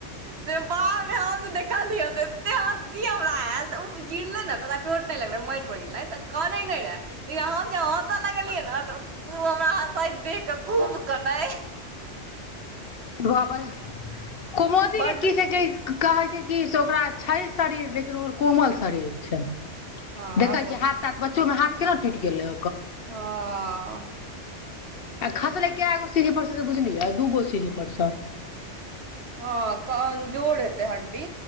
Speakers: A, on the right; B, on the left.
A: से बाप रे हम जे देखलियै एत्ते हँसी हमरा आएल तऽ उ-जे गिरलै नै ओकरा चोट नहि लगले माटि पर गिरलै तऽ कानै नहि रहाए एहन से हँसऽ लगलियै न उ हमरा हँसैत देख खूब कनै
B: बौआ बज कुमोदी
A: बड्ड
B: के की छै की-क कहै छै कि से ओकरा छै शरीर लेकिन ओकर कोमल शरीर छै
A: हँ
B: देखै छियै हाथ ताथ बच्चों में हाथ केना टुटी गेल लै
A: ह
B: आ खसलै कैगो सीढ़ी पड़सँ से बुझलियै दूगो सीढ़ी पड़सँ
A: हाँ कमजोर जोड़ हेतै हड्डी